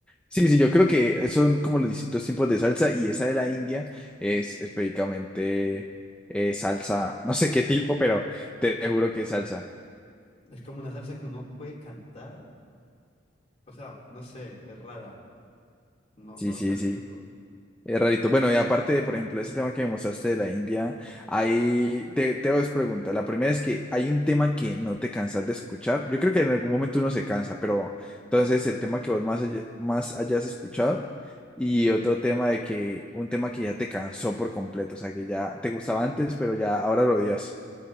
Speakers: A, in the centre; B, on the left.
A: Sí, sí, yo creo que son como los distintos tipos de salsa y esa de la India es específicamente eh, salsa, no sé qué tipo, pero te juro que es salsa.
B: Es como una salsa que uno puede cantar. O sea, no sé, es rara. No,
A: Sí,
B: no la
A: sí,
B: clasifico.
A: sí. Es rarito. Bueno, y aparte de, por ejemplo, ese tema que me mostraste de la India, ahí te, te hago dos preguntas. La primera es que hay un tema que no te cansas de escuchar. Yo creo que en algún momento uno se cansa, pero entonces el tema que vos más, haya- más hayas escuchado y otro tema de que, un tema que ya te cansó por completo, o sea, que ya te gustaba antes, pero ya ahora lo odias.